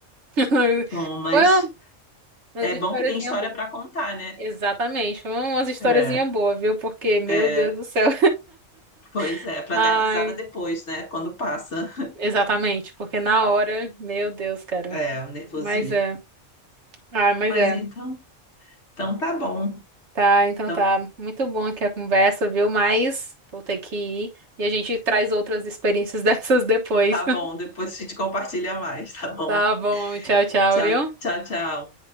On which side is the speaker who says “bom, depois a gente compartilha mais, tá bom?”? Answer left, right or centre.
Left